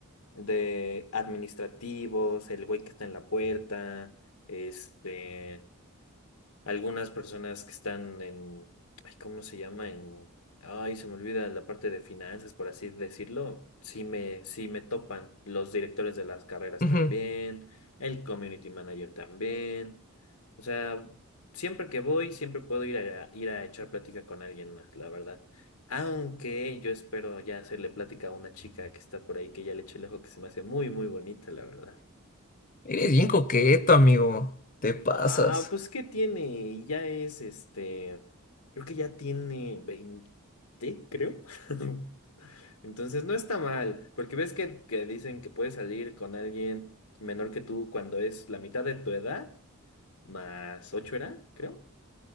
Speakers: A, on the left; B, on the left.
A: de administrativos, el güey que está en la puerta, este, algunas personas que están en, ay, ¿cómo se llama? En, ay, se me olvida la parte de finanzas, por así decirlo. Sí me, sí me topan los directores de las carreras
B: Ujú.
A: también, el community manager también. O sea, siempre que voy, siempre puedo ir a, ir a echar plática con alguien más, la verdad. Aunque yo espero ya hacerle plática a una chica que está por ahí, que ya le eché el ojo, que se me hace muy, muy bonita, la verdad.
B: Eres bien coqueto, amigo. Te pasas.
A: Ah, pues ¿qué tiene? Ya es este, creo que ya tiene 20, creo. <laughs> Entonces no está mal, porque ves que, que dicen que puedes salir con alguien menor que tú cuando es la mitad de tu edad, más 8 era, creo.